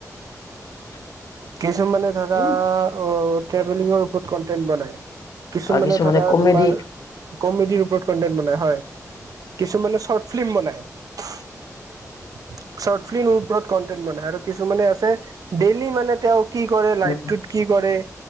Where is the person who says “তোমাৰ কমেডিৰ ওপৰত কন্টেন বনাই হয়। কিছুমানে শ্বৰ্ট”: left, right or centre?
Right